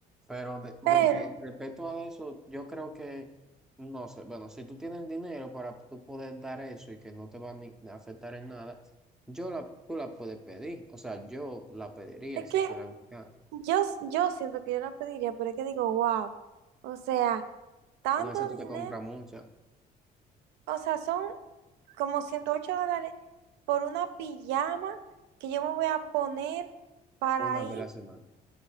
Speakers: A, in the centre; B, on the right (about 80°).
A: Pero de, de
B: Pero
A: que respecto a eso, yo creo que, no sé, bueno, si tú tienes el dinero para tú poder dar eso y que no te va a ni- a afectar en nada, yo la, tú la puedes pedir. O sea, yo la pediría
B: es
A: si
B: que
A: fueran acá.
B: yo, yo siento que yo la pediría, pero es que digo, wow, o sea, tanto
A: Con eso tú
B: dinero,
A: te compras muchas,
B: o sea, son como 108 dólares por una pijama que yo me voy a poner para
A: una
B: ir.
A: vez a la semana.